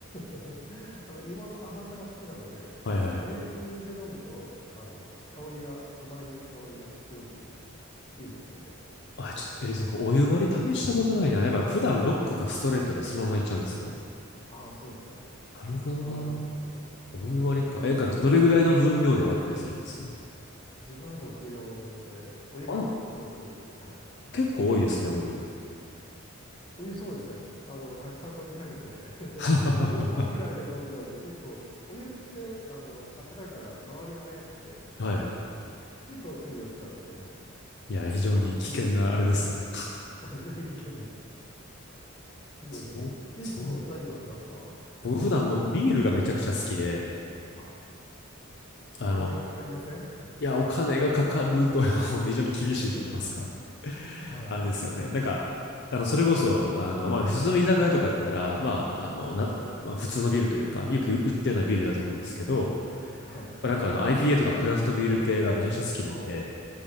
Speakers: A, on the left (about 25°); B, on the left (about 55°).
A: <laughs> あの、芋の甘さが好きなので、
B: はいはい。
A: お湯で飲むと、あの、香りが、甘い香りがすごくいいんですよね。
B: あ、ちょっと、えーなんかお湯割り試したことないな。なんか普段ロックかストレートでそのままいっちゃうんですよ。
A: はい。ああ、そうですか。
B: なるほどな。
A: ああ、なるほど。
B: お湯割りか。
A: はい。
B: え、なんかど、どれぐらいの分量で割ったりするんです
A: 自分は64で、お湯が6、
B: あ、
A: はい、
B: 結構多いですね、
A: ですね。
B: お湯。
A: お湯そうですね。あの、たくさん飲みたいので
B: <laughs>
A: <laughs> 5合ぐらいで飲んじゃうと結構、お湯って、あの、あったかいから、周りが早くて、
B: はい。
A: 結構すぐ酔っちゃうんで、
B: いや、非常に危険なあれですね。
A: はい。ちび、ちびちび。<laughs> はい危険です。そうですね。
B: そう、そう。
A: いつも何飲みますかお酒。
B: 僕普段もビールがめちゃくちゃ好きで、
A: あ、
B: あの、
A: お金がかかりません
B: いや、お金がかかると <laughs> 非常に厳しいと言いますか。
A: <laughs> は
B: <laughs>
A: い。
B: あれですよね。なんか、あの、それこそ、あの、まあ、普通の居酒屋とかだったら、
A: はい。
B: まあ、あの、な、
A: はい。
B: まあ、普通のビールというか、よく売ってるようなビールだと思うんですけど、
A: はい。
B: まあ、なんかあの、IPA とかクラフトビール系がめちゃくちゃ好きなんで、
A: あ